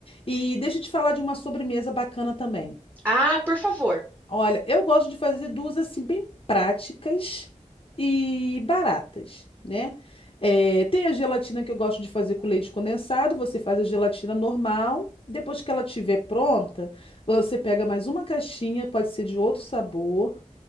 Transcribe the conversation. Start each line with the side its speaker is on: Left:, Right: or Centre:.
Left: E deixa eu te falar de uma sobremesa bacana também.
Right: Ah, por favor.
Left: Olha, eu gosto de fazer duas assim bem práticas e baratas, né? Eh, tem a gelatina que eu gosto de fazer com leite condensado. Você faz a gelatina normal. Depois que ela estiver pronta, você pega mais uma caixinha, pode ser de outro sabor.